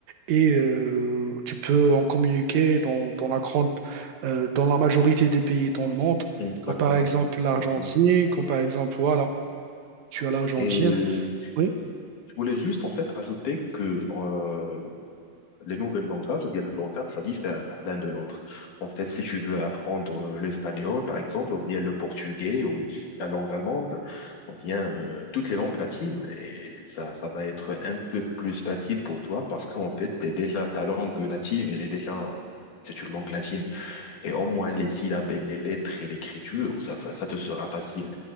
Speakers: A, on the right; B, on the left.
A: et euh, tu peux en communiquer dans, dans la grande euh, dans la majorité des pays dans le monde,
B: exactement,
A: comme par exemple l'Argentine,
B: exactement.
A: comme par exemple voilà, tu as l'Argentine.
B: Et euh,
A: Oui.
B: Je voulais juste en fait rajouter que euh, les nouvelles langages ou bien le langage, ça diffère l'un de l'autre. En fait, si tu veux apprendre euh, l'espagnol, par exemple, ou bien le portugais ou la langue allemande, ou bien euh, toutes les langues latines, et ça, ça va être un peu plus facile pour toi parce qu'en fait, t'es déjà ta langue native, elle est déjà c'est une langue latine. Et au moins les syllabes, et les lettres et l'écriture, ça, ça, ça te sera facile.